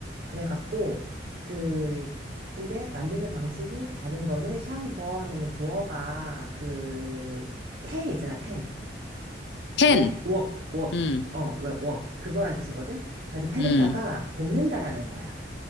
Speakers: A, on the right; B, on the left.
A: 그래갖고 그 근데 만드는 방식이 다른 거는 샹궈 하면은 구어가 그 팬 있잖아, 팬.
B: 팬.
A: 웍, 웍, 웍.
B: 음,
A: 어, 웍, 웍. 그거란 뜻이거든. 아주 팬에다가
B: 음.
A: 볶는다라는 거야.